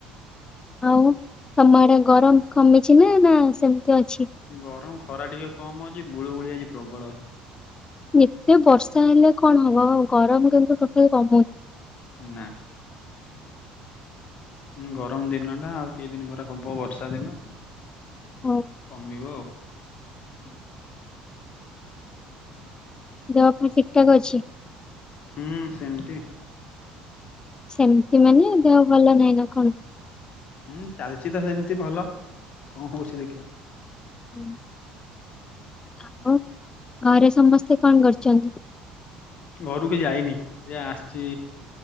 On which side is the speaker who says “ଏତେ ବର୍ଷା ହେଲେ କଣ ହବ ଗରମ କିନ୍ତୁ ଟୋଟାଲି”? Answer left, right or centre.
Left